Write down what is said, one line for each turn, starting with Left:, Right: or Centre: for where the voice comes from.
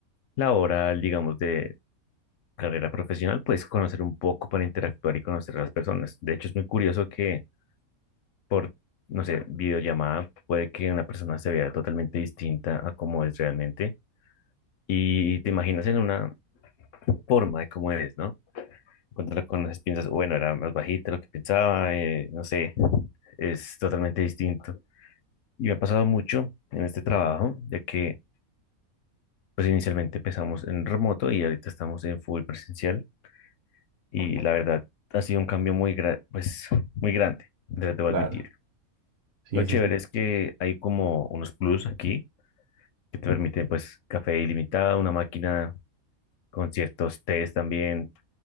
Left: laboral, digamos, de carrera profesional, pues conocer un poco para interactuar y conocer a las personas. De hecho, es muy curioso que por, no sé, videollamada, puede que una persona se vea totalmente distinta a cómo es realmente y te imaginas en una forma de cómo es, ¿no? Cuando la conoces piensas, bueno, era más bajita de lo que pensaba, eh, no sé, es totalmente distinto. Y me ha pasado mucho en este trabajo, ya que pues inicialmente empezamos en remoto y ahorita estamos en full presencial y la verdad ha sido un cambio muy, gra- pues, muy grande, de- debo
Right: Claro.
Left: admitir.
Right: Sí,
Left: Lo chévere
Right: sí, sí.
Left: es que hay como unos plus aquí que te permiten pues café ilimitado, una máquina con ciertos tés también